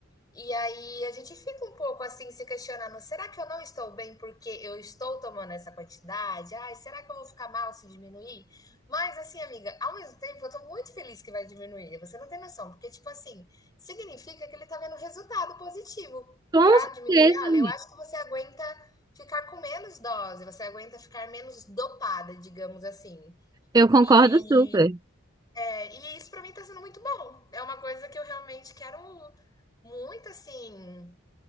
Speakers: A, on the left (about 20°); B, on the right (about 20°).
A: e aí a gente fica um pouco assim se questionando: será que eu não estou bem porque eu estou tomando essa quantidade? Ai, será que eu vou ficar mal se diminuir? Mas assim, amiga, ao mesmo tempo eu estou muito feliz que vai diminuir. Você não tem noção, porque tipo assim, significa que ele está vendo resultado positivo
B: Com
A: para
B: certeza,
A: diminuir. Olha,
B: amiga.
A: eu acho que você aguenta ficar com menos dose, você aguenta ficar menos dopada, digamos assim.
B: Eu concordo
A: E,
B: super.
A: é, e isso para mim tá sendo muito bom. É uma coisa que eu realmente quero muito assim